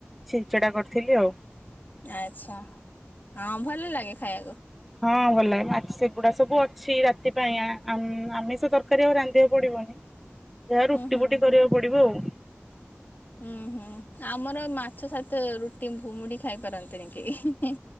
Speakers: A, in the centre; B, on the left (about 45°).
A: ଛିଚଡା କରିଥିଲି ଆଉ।
B: ଆଛା ହଁ ଭଲ ଲାଗେ ଖାଇବାକୁ।
A: ହଁ ଭଲ ଲାଗେ ସେଗୁଡା ସବୁ ଅଛି ରାତି ପାଇଁ କା ଆମିଷ ତରକାରୀ ଆଉ ରାନ୍ଧିବାକୁ ପଡିବନି। ଯାହା
B: ହୁଁ
A: ରୁଟି
B: ହୁଁ
A: ଫୁଟି କରିବାକୁ ପଡିବ ଆଉ।
B: ହୁଁ ହୁଁ ଆମର ମାଛ ସହିତ ରୁଟି ଭୁମୁଡି ଖାଇ ପାରନ୍ତିନି କେହି।